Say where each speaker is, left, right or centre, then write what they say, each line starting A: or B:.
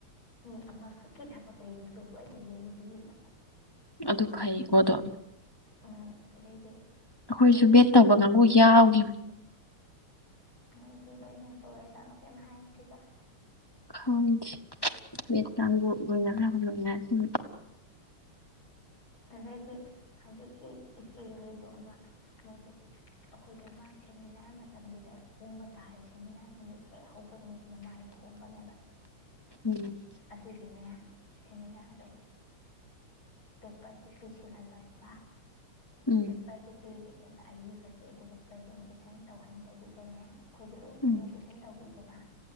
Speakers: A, on the left; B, on the left.
A: ꯃꯤ ꯑꯃꯈꯛꯀꯤ ꯊꯕꯛ ꯂꯩꯕꯗꯨꯣ ꯂꯣꯏꯅ ꯌꯦꯡꯕꯤꯕ
B: ꯑꯗꯨ ꯐꯩꯀꯣꯗꯣ
A: ꯎꯝ ꯑꯗꯩꯗꯤ
B: ꯑꯩꯈꯣꯏꯁꯨ
A: ꯑꯩꯈꯣꯏ ꯍꯧꯖꯤꯛꯀꯤ
B: ꯕꯦꯠ ꯇꯧꯕ ꯀꯥꯡꯕꯨ ꯌꯥꯎꯈꯤꯕ
A: ꯃꯣꯏꯗꯤ ꯂꯣꯏꯅ ꯂꯣꯏꯔ ꯆꯥꯠꯂꯣꯀꯦꯅ ꯍꯥꯏꯗ꯭ꯔꯤꯗ
B: ꯍꯥꯎꯣꯏ ꯂꯣꯏ
A: ꯑꯗꯒꯤ ꯍꯧꯖꯤꯛꯀꯤ ꯏꯆꯦꯍꯣꯏꯗ ꯑꯃ ꯃꯣꯏꯗꯨ ꯑꯩꯈꯣꯏꯒꯤ ꯃꯃꯥꯡ ꯁꯦꯃꯤꯅꯥꯔ ꯃꯇꯝꯗꯨꯗ ꯍꯣꯡꯕ ꯇꯥꯔꯦ ꯁꯦꯃꯤꯅꯥꯔ ꯅꯨꯃꯤꯠ ꯍꯦꯛ ꯍꯧꯕ ꯅꯨꯃꯤꯠꯁꯤꯗ ꯃꯥꯏꯕ ꯍꯣꯡꯕꯅꯦꯕ
B: ꯎꯝ
A: ꯑꯗꯨꯒꯤꯅꯦ ꯁꯦꯃꯤꯅꯥꯔꯗ ꯄꯦꯄꯔꯗ ꯄꯤꯁꯤꯜꯍꯜꯂꯛꯄ
B: ꯎꯝ
A: ꯄꯦꯄꯔꯗꯤ ꯄꯤꯂꯤ ꯑꯦꯕ ꯑꯏꯕꯗꯤ ꯑꯗꯨꯒ ꯄ꯭ꯔꯖꯦꯟꯇꯦꯁꯟ ꯇꯧꯍꯟꯗꯕꯤꯗꯅꯦ ꯑꯩꯈꯣꯏꯗꯤ ꯂꯣꯏ ꯄ꯭ꯔꯖꯦꯟꯇꯦꯁꯟ
B: ꯎꯝ
A: ꯇꯧꯕꯤꯗꯅ